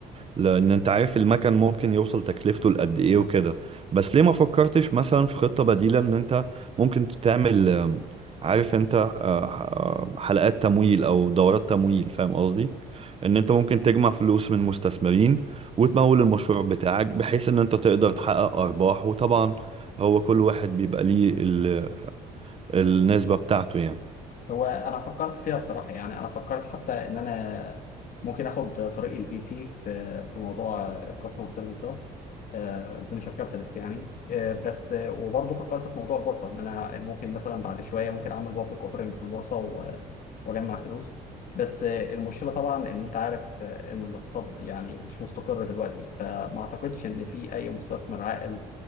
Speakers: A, on the right; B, on the left.
A: لان انت عارف المكن ممكن يوصل تكلفته لقد ايه وكده بس ليه ما فكرتش مثلا في خطة بديلة ان انت ممكن تعمل آم، عارف انت آه، آه، حلقات تمويل او دورات تمويل فاهم قصدي ان انت ممكن تجمع فلوس من مستثمرين وتمول المشروع بتاعك بحيث ان انت تقدر تحقق ارباح وطبعا هو كل واحد بيبقى ليه ال- النسبة بتاعته يعني
B: هو انا فكرت فيها بصراحه يعني انا فكرت حتى ان انا ممكن اخد طريق الفي سي في في موضوع الكاستمر سيرفيس ده الفينشر كابيتالست يعني آه، بس آه، وبرضه فكرت في موضوع البورصه ان انا ممكن مثلا بعد شويه ممكن اعمل بابليك اوفرنج في البورصه و- واجمع فلوس بس آه، المشكله طبعا ان انت عارف آه، ان الاقتصاد يعني مش مستقر دلوقتي فما اعتقدش ان في اي مستثمر عاقل